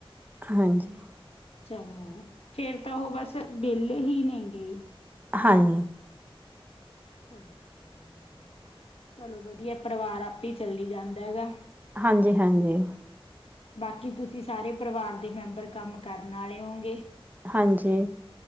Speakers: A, on the right (about 15°); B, on the left (about 75°).
A: ਹਾਂਜੀ।
B: ਚਲੋ, ਫੇਰ ਤਾਂ ਉਹ ਬਸ ਬੇਲੇ ਹੀ ਨੇ ਗਈ।
A: ਹਾਨ।
B: ਚਲੋ ਵਧੀਆ ਗੱਲ ਏ, ਚਲੋ ਵਧੀਆ ਏ ਪਰਿਵਾਰ ਆਪੇ ਈ ਚੱਲੀ ਜਾਂਦਾ ਹੈਗਾ।
A: ਹਾਂਜੀ-ਹਾਂਜੀ।
B: ਬਾਕੀ ਤੁਸੀਂ ਸਾਰੇ ਪਰਿਵਾਰ ਦੇ ਮੈਂਬਰ ਕੰਮ ਕਰਨ ਆਲੇ ਹੋਗੇ?
A: ਹਾਂਜੀ।